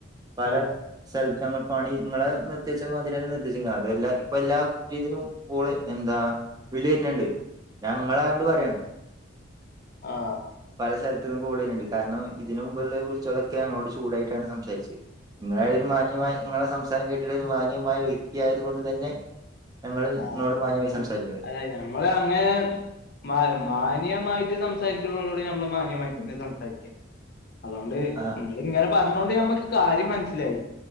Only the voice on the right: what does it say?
പല
സൽ ഞങ്ങൾ പണി ങ്ങളെ നിർത്തിച്ച മന്തിരി തന്നെ നിർത്തിവച്ചക്ക അത് അല്ല ഇപ്പ എല്ലാ ഇതിന് കൂടെ എന്താ വിളി വര്ന്ണ്ട് ഞാൻ ങ്ങളയോണ്ട് പറയാണ്
പല സ്ഥലത്ത്ന്നും കോള് വര്ന്ണ്ട് കാരണം ഇതിന് മുമ്പുള്ള വിളിച്ചോരോക്കെ ഞങ്ങളോട് ചൂടായിട്ടാണ് സംസരിച്ചത് നിങ്ങളെ
ഒരു മാന്യമായി നിങ്ങളെ സംസാരം കേട്ടിട്ട് ഒരു മാന്യമായ വ്യക്തിയായത് കൊണ്ട് തന്നെ ഞങ്ങള് നിങ്ങളോട്
മാന്യമായി സംസാരിക്കണ്
ആ